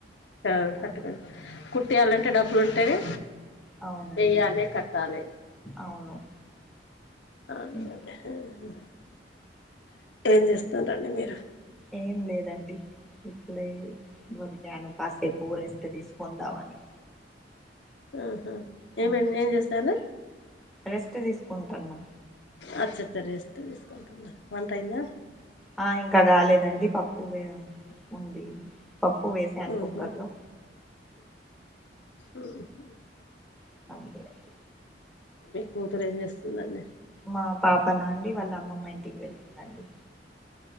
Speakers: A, on the left (about 80°); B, in the centre.
A: <inaudible>
B: ఆ,
A: <inaudible> కుట్టేయాలంటే డబ్బులు ఉంటేనే
B: అవునండి
A: వెయ్యాలి కట్టాలి
B: అవును
A: అవున
B: ఉమ్,
A: అండి ఏం చేస్తున్నారండి మీరు
B: ఏం లేదండి ఇప్పుడే వర్క్ కాసేపు రెస్ట్ తీసుకుందామని
A: ఆహా ఏమండి
B: ఉమ్,
A: ఏం చేస్తారు
B: రెస్ట్ తీసుకుంటున్నాం
A: అచ్చ అచ్చ రేస్ట్ తీసుకుంటునారా వంట అయిందా
B: ఆ ఇంకా కాలేదండి పప్పు ఉంది పప్పు వేసాను
A: ఉహు
B: కుక్కర్లో
A: ఉమ్
B: <inaudible>
A: మీ కూతురు ఏం చేస్తుందండి
B: మా పాప నా అండి వాళ్ళ అమ్మమ్మ ఇంటికి వెళ్లిందండి